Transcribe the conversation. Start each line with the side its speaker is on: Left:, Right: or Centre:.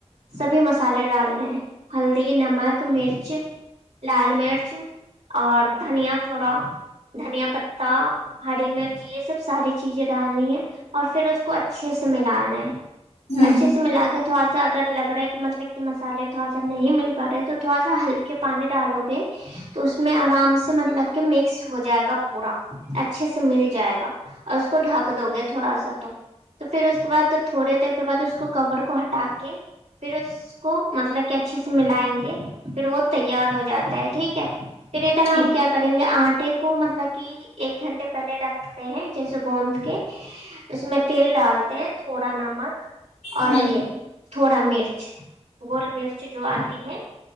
Right: سبھی مسالے ڈالنے ہیں ہلدی نمک مرچ لال مرچ اور دھنیا تھوڑا دھنیا پتتا ہری مرچ یہ سب ساری چیزیں ڈالنی ہے اور پھر اس کو اچھے سے ملانا ہے
Left: ہوں
Right: اچھے
Left: ہوں
Right: سے ملا کے تھوڑا سا اگر لگ رہا ہے کہ مطلب کہ مسالے تھوڑا نہیںاے تو تھڑا سا ہلکے پانی ڈالو گے تو اس میں آرام سے مطلب کہ مکس ہو جائے گا پورا اچھے سے مل جائے گا اور اس کو ڈھک دو گے تھوڑا سا تو تو پھر اس کے بعد تھوڑے دیر کے بعد اس کو کور کو ہٹا کے پھر اس کو مطلب کہ اچھے سے ملائیں گے پھر وہ تیار ہو جاتا ہے ٹھیک ہے پھر ادھر
Left: ٹھیک
Right: ہم کیا کریں گے آٹے کو مطلب کہ ایک گھنٹے پہلے رکھتے ہیں جیسے گوند کے اس میں تیل ڈالتے ہیں تھوڑا نمک اور
Left: ہوں
Right: یہ تھوڑا مرچ گول مرچ جو آتی ہے